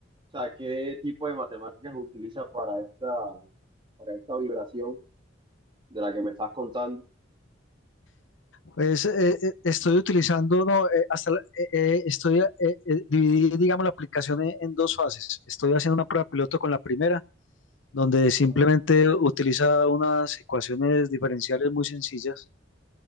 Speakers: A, on the right (about 25°); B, on the left (about 75°).
A: o sea, qué tipo de matemáticas utiliza para esta, para esta vibración de la que me estás contando.
B: Pues, eh, eh, estoy utilizando, no, eh, hasta la- eh, eh, estoy, eh, eh, dividí, digamos, la aplicación en, en dos fases. Estoy haciendo una prueba piloto con la primera, donde simplemente
A: Ajá.
B: utiliza unas ecuaciones diferenciales muy sencillas.